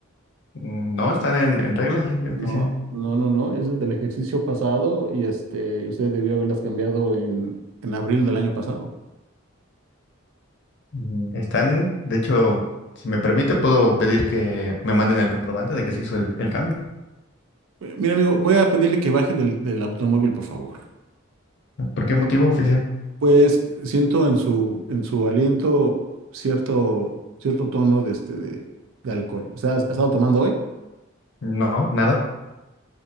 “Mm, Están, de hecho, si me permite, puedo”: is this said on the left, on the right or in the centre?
Left